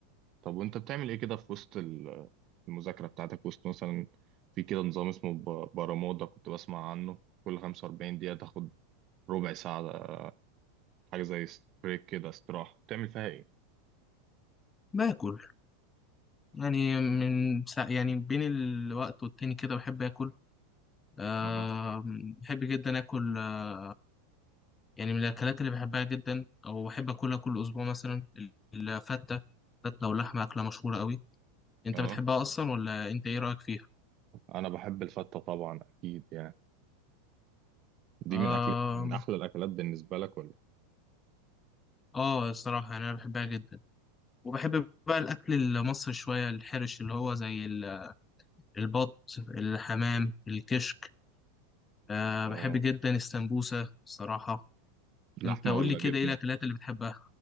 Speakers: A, on the right (about 45°); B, on the left (about 20°).
A: طب وانت بتعمل ايه كده في وسط ال- المذاكره بتاعتك وسط مثلا في كده نظام اسمه ب- برمودا كنت بسمع عنه كل 45 دقيقه تاخد ربع ساعه حاجه زي بريك كده استراحه بتعمل فيها ايه
B: باكل يعني من سا يعني بين الوقت والتاني كده بحب اكل آه
A: اها
B: بحب جدا اكل آه يعني من الاكلات اللي بحبها جدا او بحب اكلها كل اسبوع مثلا الفتة فتة واللحمة اكلة مشهورة قوي انت
A: اه
B: بتحبها اصلا ولا انت ايه رأيك فيها؟
A: انا بحب الفته طبعا اكيد يعني دي
B: آه
A: من اكل من احلى الاكلات بالنسبه لك ولا إيه؟
B: اه الصراحة يعني انا بحبها جدا وبحب بقى الأكل المصري شوية الحرش اللي هو زي ال- البط الحمام الكشك أه
A: اه
B: بحب جدا السمبوسة الصراحة
A: لحمه
B: أنت قول
A: ولا
B: لي كده
A: جبنه
B: إيه الأكلات اللي بتحبها